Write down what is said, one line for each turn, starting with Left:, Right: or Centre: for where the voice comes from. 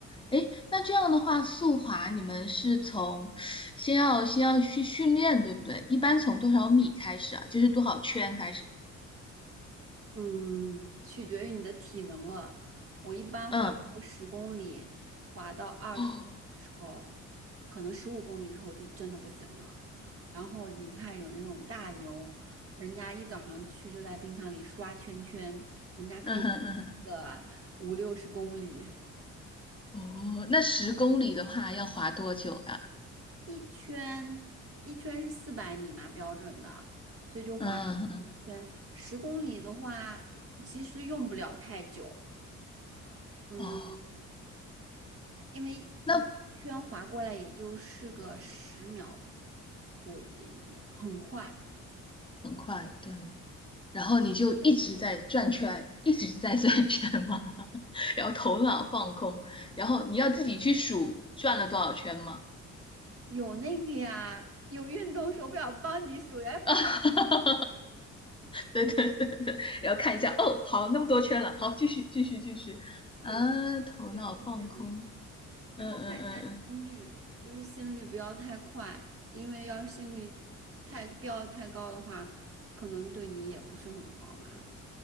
Left: 哎，那这样的话，速滑你们是从先要先要去训练，对不对？一般从多少米开始啊？就是多少圈开始？
Right: 嗯，取决于你的体能了。我一般滑个十公里，
Left: 嗯，
Right: 滑到二十公里的时候，
Left: 哦，
Right: 可能十五公里的时候我就真的不行了。然后你看有那种大牛，人家一早上去就在冰场里刷圈圈，人家可以
Left: 嗯哼嗯哼。
Right: 刷个五六十公里，
Left: 哦，那十公里的话要滑多久呀？
Right: 一圈一圈是四百米嘛标准的，所以就滑1圈。
Left: 嗯，
Right: 十公里的话，其实用不了太久。嗯。
Left: 哦，
Right: 因为一圈划过来也就是个十秒
Left: 那
Right: 多一点点，很快。
Left: 很快，对。然后你就一直在转圈，一直在转圈吗？<laughs> 然后头脑放空，然后你要自己去数转了多少圈吗？
Right: 有那个呀，有运动手表帮你数呀，要不然
Left: <laughs> 啊，
Right: <laughs>
Left: 对对对对，然后看一下，哦，好，那么多圈了，好，继续继续继续，
Right: 对
Left: 啊，头脑放空，
Right: 对就是这样。然后看一下心率，
Left: 嗯嗯嗯嗯。
Right: 就是心率不要太快，因为要是心率太飙的太高的话，可能对你也不是很好嘛。